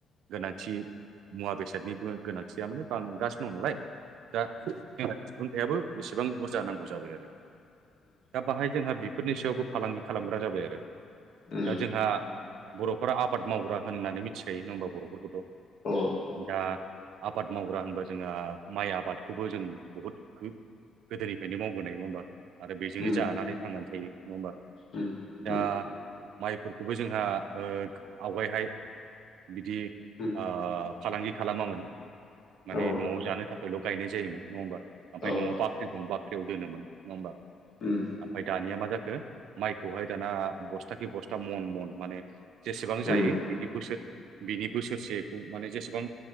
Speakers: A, on the right; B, on the left.
A: गोनांथि मुवा बेसादनिबो गोनांथिया माने बांगासिनो दं नालाय दा जोंना दिहुनथायाबो एसेबां बुरजा नांगौ जाबाय आरो दा बाहाय जोंहा बेफोरनि सायावबो फालांगि खालामग्रा जाबाय आरो
B: उम
A: दा जोंहा बर'फोरा आबाद मावग्रा होननानै मिथिखायो नङा होमबा बर'फोरखौथ'
B: औ
A: दा आबाद मावग्रा होनबा जोंहा माइ आबादखौबो जों बहुद गोदोनिफ्रायनो मावबोनाय नङा होमबा आरो बेजोंनो
B: उम
A: जानानै थांनानै थायो। नङा होमबा
B: उम
A: दा
B: उम
A: माइफोरखौबो जोंहा ओ आवगायहाय बिदि
B: उम
A: आ फालांगि खालामामोन माने
B: औ
A: न'आव जानो थाखायल' गायनाय जायोमोन नङा होमबा ओमफ्राय
B: औ
A: न'आव बाख्रि दं बाख्रियाव दोनोमोन नङा होमबा
B: उम
A: ओमफ्राय दानिया मा जा खो माइखौहाय दाना बस्था खि बस्था मन मन माने जेसेबां
B: उम
A: जायो बिनि बोसोर बिनि बोसोरसेखौ माने जेसेबां